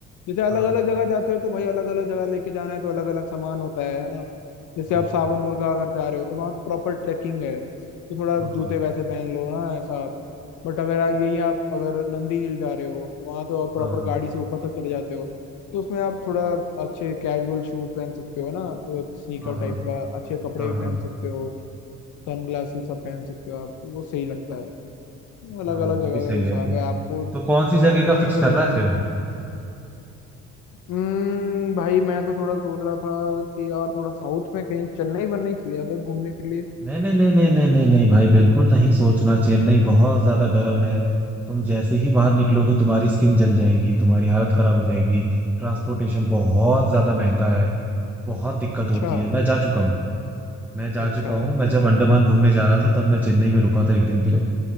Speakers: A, on the left (about 80°); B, in the centre.
A: जैसे अलग
B: हाँ,
A: अलग जगह जाते हो तो भाई अलग अलग जगह लेके जाना है तो अलग अलग सामान होता है है ना जैसे
B: वही
A: आप सावन
B: तो
A: दुर्गा अगर जा रहे हो तो वहां तो प्रॉपर ट्रैकिंग है तो थोड़ा
B: हाँ
A: जूते
B: हाँ
A: वैसे पहन लो ना ऐसा बट अगर आ- यही आप अगर नंदी हिल जा रहे हो तो वहां तो आप प्रॉपर
B: हाँ हाँ
A: गाड़ी से ऊपर तक चले जाते हो तो उसमें आप थोड़ा अच्छे कैजुअल शूज पहन सकते हो ना स्नीकर
B: हाँ हाँ।
A: टाइप का अच्छे कपड़े
B: हाँ
A: भी
B: हाँ
A: पहन सकते हो सनग्लासेस सब पहन सकते हो आप वो सही लगता है अलग
B: हाँ
A: अलग
B: वो
A: जगह
B: भी सही
A: का हिसाब
B: है
A: है आपको
B: तो कौन सी जगह का
A: जैसे
B: फिक्स
A: जगह
B: कर रहा
A: जाना
B: है फिर
A: है हम्म भाई मैं तो थोड़ा सोच रहा था कि यार थोड़ा साउथ में कहीं चेन्नई वन्नई चले जाता घूमने के लिए
B: नहीं नहीं नहीं नहीं नहीं नहीं नहीं भाई बिल्कुल नहीं सोचना चेन्नई बहुत ज्यादा गर्म है तुम जैसे ही बाहर निकलोगे तुम्हारी स्किन जल जाएगी तुम्हारी हालत खराब हो जाएगी ट्रांसपोर्टेशन बहुत ज्यादा महंगा है बहुत दिक्कत
A: अच्छा
B: होती है मैं जा चुका हूँ मैं जा
A: अच्छा
B: चुका हूँ मैं जब अंडमान घूमने जा रहा था तब मैं चेन्नई में रुका था एक दिन के लिए